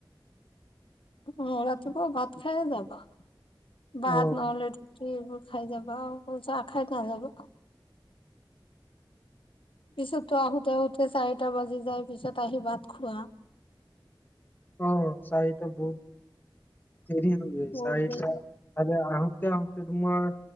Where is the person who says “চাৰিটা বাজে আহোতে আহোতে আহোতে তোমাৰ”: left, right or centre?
Left